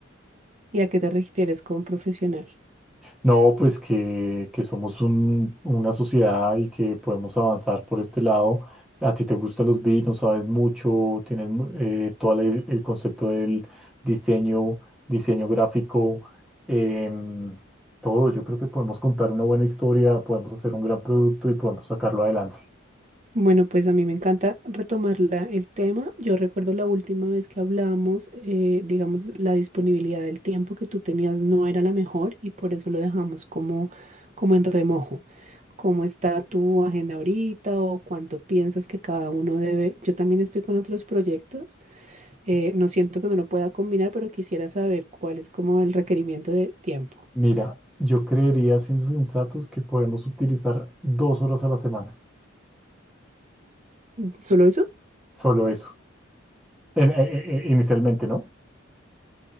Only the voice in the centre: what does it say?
No, pues que, que somos un- una sociedad y que podemos avanzar por este lado. A ti te gustan los vinos, sabes mucho, tienes mu- eh, todo el, el concepto del diseño, diseño gráfico, em, todo. Yo creo que podemos contar una buena historia, podemos hacer un gran producto y podemos sacarlo adelante.
Mira, yo creería, siendo sensatos, que podemos utilizar dos horas a la semana,
solo eso, en- en- en- inicialmente, ¿no?